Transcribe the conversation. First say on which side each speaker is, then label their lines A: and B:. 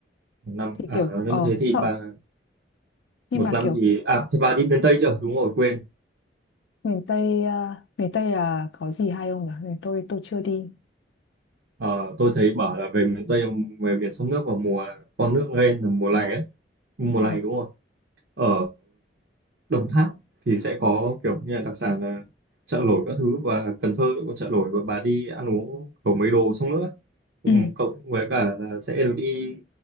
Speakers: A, on the right (about 70°); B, on the left (about 80°).
A: một năm
B: thì
A: à
B: kiểu
A: nếu
B: ờ
A: mà thế thì
B: sợ
A: bà
B: nhưng
A: một
B: mà
A: năm
B: kiểu
A: thì à thế bà đi miền Tây chưa đúng rồi quên
B: miền Tây à, miền Tây là có gì hay không nhỉ? Miền tôi tôi chưa đi.
A: Ờ, tôi thấy bảo là về miền Tây về miền sông nước vào mùa con nước lên là mùa này á mùa
B: Ờ.
A: này đúng không ở Đồng Tháp thì sẽ có kiểu như là đặc sản là chợ nổi các thứ và Cần Thơ cũng có chợ nổi và bà đi ăn uống có mấy đồ xong nữa cũng
B: Ừ.
A: cộng với cả là sẽ được đi